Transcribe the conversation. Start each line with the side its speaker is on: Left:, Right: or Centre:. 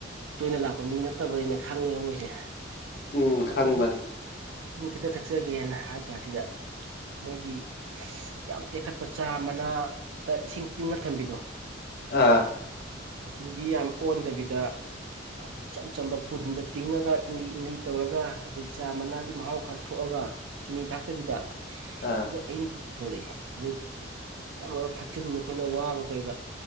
Right: ꯇꯣꯏꯅ ꯂꯥꯛꯄ ꯃꯤ ꯅꯠꯇꯕ ꯑꯩꯅ ꯈꯪꯉꯦꯕ ꯃꯣꯏꯁꯦ
Left: ꯎꯝ ꯈꯪꯕꯅꯦ
Right: ꯄꯥꯕꯨꯡ ꯁꯨꯝ ꯈꯤꯇ ꯊꯛꯆꯒꯦꯅ ꯍꯥꯏ ꯀꯥꯟꯁꯤꯗ ꯃꯣꯏꯒꯤ ꯌꯥꯝ ꯇꯦꯛꯈꯠꯄ ꯆꯥ ꯃꯅꯥꯗ ꯏꯁꯤꯡ ꯇꯤꯡꯉ ꯊꯝꯕꯤꯗꯣ
Left: ꯑꯥ
Right: ꯑꯗꯨꯗꯤ ꯌꯥꯝ ꯑꯣꯟꯗꯕꯤꯗ ꯏꯆꯝ ꯆꯝꯕ ꯄꯨꯟꯗ ꯇꯤꯡꯉꯒ ꯏꯪꯂꯤ ꯏꯪꯂꯤ ꯇꯧꯔꯒ ꯑꯗꯒꯤ ꯆꯥ ꯃꯅꯥꯒꯤ ꯃꯍꯥꯎ ꯈꯔ ꯊꯣꯛꯑꯒ ꯀ ꯆꯤꯅꯤ ꯊꯥꯛꯇꯕꯤꯗ
Left: ꯑꯥ
Right: ꯑ ꯑꯩꯅ ꯊꯣꯛꯂꯛꯏꯦ ꯑꯗꯨ ꯅꯪꯅ ꯊꯛꯆꯤꯟꯅꯤ ꯑꯩꯈꯣꯏꯅ ꯋꯥꯕ ꯀꯩꯗ